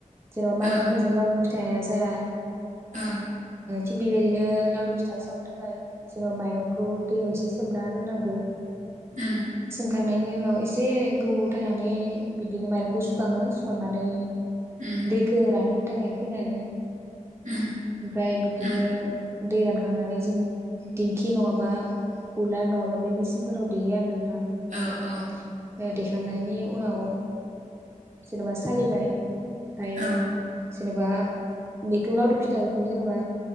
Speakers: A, on the right (about 20°); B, on the right (about 65°).
A: जेनेबा माइब्राफोरजों
B: औ
A: लावदुम फिथाया जाया।
B: औ
A: थिक बेबायदिनो लावदुम फिथा सावनो थाखाय जोङो माइरंखौ दैयाव एसे सोमना दोननांगो।
B: ओम
A: खांनायनि उनाव एसे गौ थानानै बिदिनो माइरंखौ सुखाङो सुखांनानै
B: उम
A: दैखो रानो थाखाय फोनानो
B: उम
A: ओमफ्राय बिदिनो
B: उम
A: दै रान थांनानै जों दिंखि नङाबा उलार नङाब्ला बे मिचिनफोराव <unintelligible> थां
B: औ औ
A: <unintelligible> थांनायनि उनाव जेन'बा ओ सालिबाय। ओमफाय
B: औ
A: जेनोबा बेखौ लावदुम फिथाखौ जेनोबा